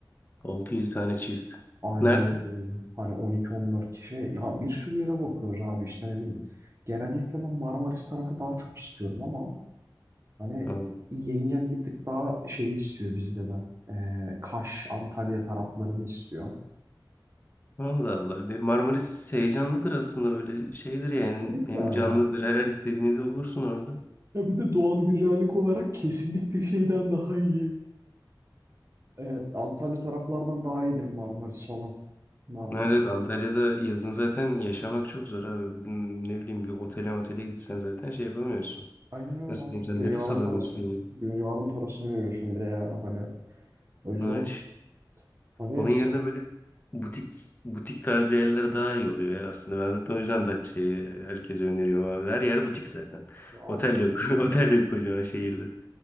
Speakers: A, on the left; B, on the right.
A: 6-7 tane çift.
B: Aynen
A: Nerede?
B: öyle öyle. Hani on iki on dört kişi. Ya bir sürü yere bakıyoruz abi işte ne bileyim. Genellikle ben Marmaris tarafı daha çok istiyorum ama hani
A: Ha,
B: yengen bir tık daha şey istiyor bizde de. Ee, Kaş, Antalya taraflarını istiyor.
A: Allah Allah. Bir Marmaris heyecanlıdır aslında böyle şeydir yani
B: Evet
A: hem
B: yani.
A: canlıdır her her istediğini de olursun orada.
B: Ya bir de doğal güzellik olarak kesinlikle şeyden daha iyi. Ee, Antalya taraflardan daha iyidir Marmaris falan. Marmaris.
A: Evet evet. Antalya'da yazın zaten yaşamak çok zor abi. Bugün Ne bileyim bir otele otele gitsen zaten şey yapamıyorsun.
B: Aynen
A: Nasıl
B: öyle abi.
A: diyeyim sen
B: Dünyanın
A: nefes alamıyorsun
B: parası.
A: yani.
B: Dünyanın parasını veriyorsun bile yani hani. O yüzden
A: Evet işte.
B: hani
A: Onun yerine
B: sizin
A: böyle butik butik tarzı yerler daha iyi oluyor ya aslında. Ben zaten o yüzden Datça'yı herkese öneriyorum abi. Her yer butik zaten.
B: ya
A: Otel
B: abi
A: yok. <laughs> Otel yok kocaman şehirde.